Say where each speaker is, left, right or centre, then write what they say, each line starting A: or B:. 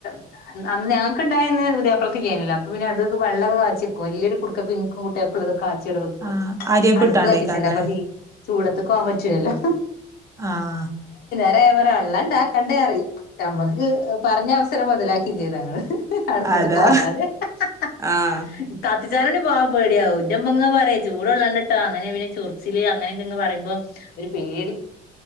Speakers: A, on the left (about 65°); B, on the right (about 20°).
A: <inaudible> അന്ന് ഞങ്ങക്ക്ണ്ടായന്ന് പുത്യാപ്ലക്ക് ഇല്ലായിന്നല്ലോ അപ്പ പിന്നെ അത് വള്ളൊക്കെ കാച്യേക്കും വല്ല്യേരു കുട്ക്കക്ക് ഇൻക്കും കുട്ട്യാക്കുള്ളതും കാ വടെ വെക്കും
B: ആഹ് ആര്യപ്പിട്ടാണ്ടേക്കാരല്ലേ
A: അടുപ്പ് കത്തിച്ചണ്ടേ അപ്പ തീ ചൂടത്ക്ക് പോകാൻ പറ്റൂലല്ലോ
B: ആഹ്
A: <unintelligible> വള്ളണ്ടാക്കണ്ടേ പറയും ഞമ്മക്ക് പറഞ് <unintelligible> മൊതലാക്കിം ചെയ്തങ്ങള് അട്പത്ത്ക്ക്
B: അതാ
A: പോകാതെ <unintelligible>
B: ആഹ്
A: പോകാൻ പേഡ്യാ ന്റമ്മങ്ങനെ പറയും ചൂടോള്ളണ്ടട്ടോ അങ്ങനെ പിന്നെ ചൊറിച്ചില് അങ്ങനെ ങ്ങനെ പറയുമ്പോ ഒര് പേടി